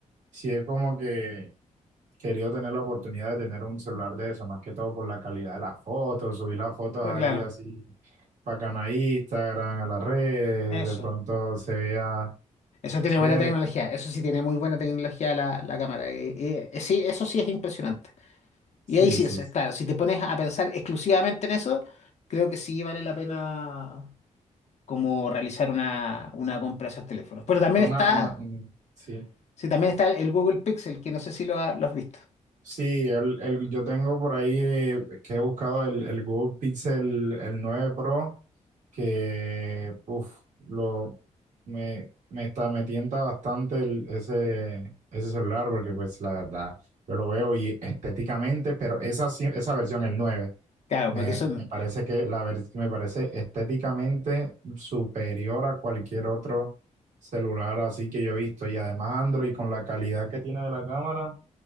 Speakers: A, on the right; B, on the left.
A: sí he como que querido tener la oportunidad de tener un celular de eso, más que todo por la calidad de las fotos, subir las fotos
B: Bueno,
A: ahí
B: claro,
A: así, bacana a Instagram, a las redes,
B: eso.
A: de pronto se vea,
B: Eso tiene
A: che,
B: buena tecnología, eso sí tiene muy buena tecnología la, la cámara. eh, eh, eh, sí, eso sí es impresionante.
A: sí,
B: Y ahí sí,
A: sí,
B: es
A: sí,
B: claro, si te pones a pensar exclusivamente en eso, creo que sí vale la pena como realizar una, una compra de esos teléfonos. Pero también
A: una,
B: está,
A: una, mm, sí.
B: sí, también está el Google Pixel, que no sé si lo, ha- lo has visto.
A: Sí, el, el- yo tengo por ahí eh, que he buscado el, el Google Pixel el 9 Pro, que uf, lo, me, me, está, me tienta bastante el- ese, ese celular, porque pues la verdad, yo lo veo y estéticamente, pero esa, sí- esa versión, el 9
B: Claro,
A: me,
B: porque son,
A: me parece que la ver- me parece estéticamente superior a cualquier otro celular así que yo he visto. Y además Android con la calidad que tiene de la cámara.